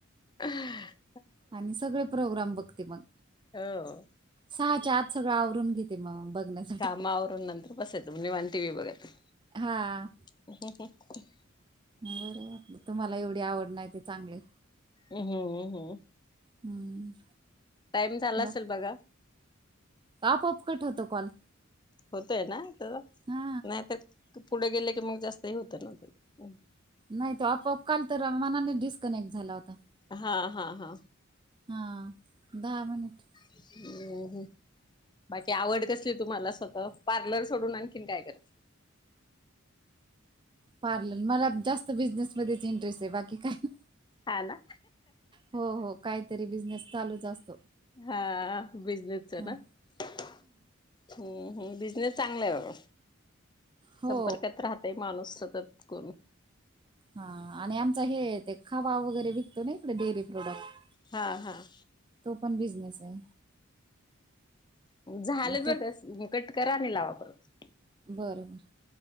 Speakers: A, on the left; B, on the right.
A: <unintelligible>
B: आणि सगळे प्रोग्राम बघते मग.
A: हो.
B: सहाच्या आत सगळं आवरून घेते मग, बघण्यास
A: कामा आवरुन नंतर बसेत म निवांत टिवी बगत.
B: हा.
A: ह ह <unintelligible>
B: बर बर तुम्हाला एवढी आवड नाही ते चांगली.
A: ओ हो ओ हो
B: हम्म
A: टाइम झाला
B: बा
A: असेल बघा
B: आपोआप कट होतो कॉल.
A: होतय ना नाहीतर
B: हा
A: पुढे गेले की मग जास्त हे होतं ना ते.
B: नाही तो आपोआप काल तर मनाने डिस्कनेक्ट झाला होता.
A: हा हा हा
B: हा दहा मिनिट.
A: हम्म हं बाकी आवड कस तुम्हाला स्वतः पार्लर सोडून आणखीन काय करता?
B: पार्लर मला जास्त बिझनेस मध्येच इंटरेस्ट आहे बाकी काय
A: हा ना.
B: हो हो काहीतरी बिझनेस चालूच असतो.
A: हा बिझनेसच
B: हा.
A: ना हम्म हम् बिझनेस चांगला आहे बघा
B: हो
A: संपर्कात राहा तय माणूस सातत कोण
B: हा आणि आमचा हे ते खावा वगैरे विकतो ना इकडे डेअरी प्रोडक्ट
A: हां हां
B: तो पण बिझनेस आहे
A: झालं
B: मग
A: बर
B: तो
A: का कट करा नि लावा परत
B: बरं बरं